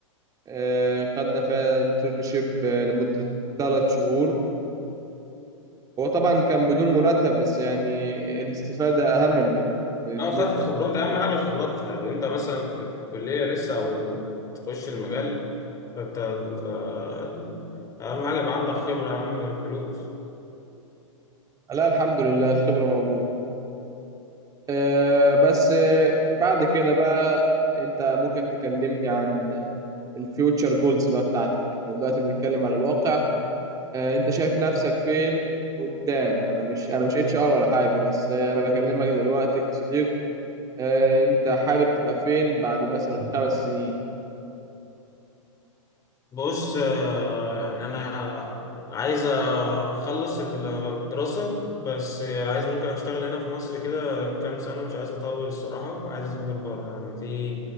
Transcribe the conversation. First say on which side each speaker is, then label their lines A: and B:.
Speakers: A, on the right; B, on the left.
A: آه، خدنا فيها انترنشيب لمدة ثلاث شهور هو طبعا كان بدون مرتب بس يعني الاستفادة أهم من ال- من الفلوس
B: اه خدت خبرات اهم حاجة الخبرات لو انت مثلا في في كلية لسه او تخش المجال فانت ال- ال- اهم حاجة يبقى عندك خبرة اهم فلوس
A: لا الحمد لله الخبرة موجودة آه، بس آه، بعد كده بقى أنت ممكن تكلمني عن الفيوتشر جولز بقى بتاعتك احنا دلوقتي بنتكلم على الواقع آه، انت شايف نفسك فين قدام انا مش انا مش اتش ار ولا حاجه بس آه، انا بكلمك دلوقتي كصديق آه، انت حابب تبقى فين بعد مثلا خمس سنين
B: بص آه، يعني انا عايز اخلص الدراسة بس عايز ممكن اشتغل هنا في مصر كده كام سنة مش عايز اطول الصراحة عايز اسافر بره يعني دي